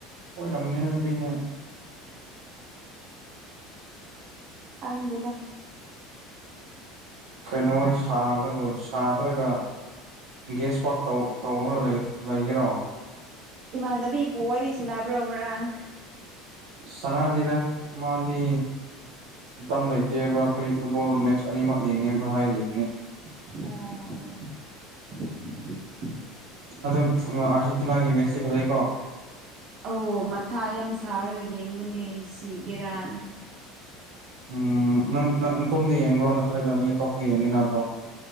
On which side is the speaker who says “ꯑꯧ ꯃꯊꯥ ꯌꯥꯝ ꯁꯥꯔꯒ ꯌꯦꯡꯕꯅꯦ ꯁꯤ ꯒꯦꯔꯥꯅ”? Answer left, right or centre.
Right